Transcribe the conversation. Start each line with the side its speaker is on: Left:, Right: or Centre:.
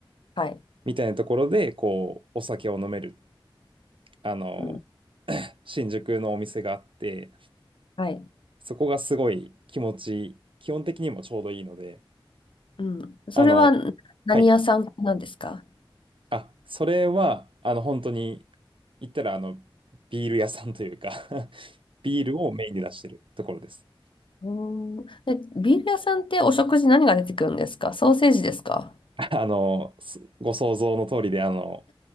Left: はい。
Right: みたいなところで、こう、お酒を飲める、あの、
Left: うん、
Right: <clears throat> 新宿のお店があって、
Left: はい。
Right: そこがすごい気持ちいい、基本的にもちょうどいいので、
Left: うん。それは
Right: あの、
Left: 何屋さんなんですか
Right: はい。あ、それは、あの、本当に、言ったら、あの、ビール屋さんというか <laughs> ビールをメインに出してるところです。
Left: うーん。で、ビール屋さんってお食事何が出てくるんですかソーセージですか
Right: あの、すご想像の通りで、あの、